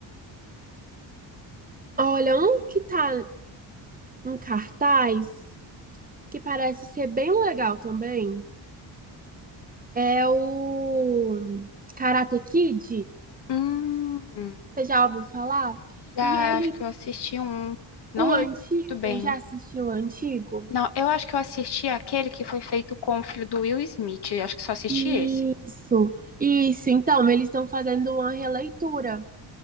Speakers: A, on the right (about 20°); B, on the left (about 60°).
A: Olha, um que tá em cartaz, que parece ser bem legal também. É o Karate Kid,
B: Hum,
A: você já ouviu falar?
B: já
A: E ele,
B: acho que eu assisti um, não
A: o antigo,
B: lembro muito bem.
A: já assistiu o antigo?
B: Não, eu acho que eu assisti aquele que foi feito com o filho do Will Smith. Acho que só assisti
A: Isso,
B: esse.
A: isso. Então, eles estão fazendo uma releitura.